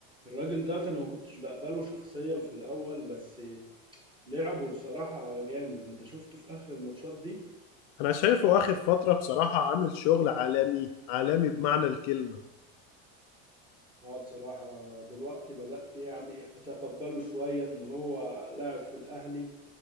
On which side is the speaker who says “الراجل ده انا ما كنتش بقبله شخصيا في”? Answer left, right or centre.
Right